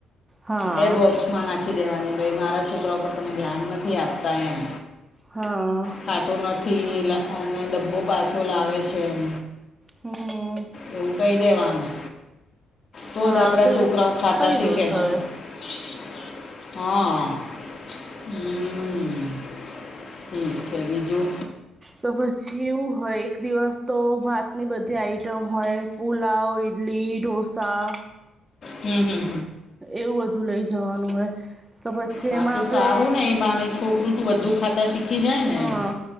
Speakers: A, on the right (about 20°); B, on the left (about 45°).
A: હા
B: એ બોક્સ માં નાખી દેવાની ભાઇ મારા છોકરાઓ પર તમે ધ્યાન નથી આપતા એમ.
A: હા
B: ખાતો નથી અને ડબ્બો પાછો લાવે છે એમ.
A: હમ્મ.
B: એવું કહી દેવાનું તોજ
A: હા
B: આપડા
A: તો
B: છોકરાઓ
A: એવું
B: ખાતા
A: કહી
B: શીખે
A: દઈશ
B: <unintelligible> <unintelligible>
A: હવે
B: હા હમ્મ ઠીક છે બીજું
A: તો પછી એવું હોય એક દિવસ તો ભાતની બધી આઇટમ હોય. પુલાવ ઇડલી ડોસા
B: હમ્મ હમ્મ.
A: એવું બધું લઈ જવાનું હોય તો પછી
B: હા
A: એમાં
B: તો
A: આપણે
B: સારું ને એ બાને છોકરું શું બધું ખાતા શીખી જાય ને
A: હા
B: એમ.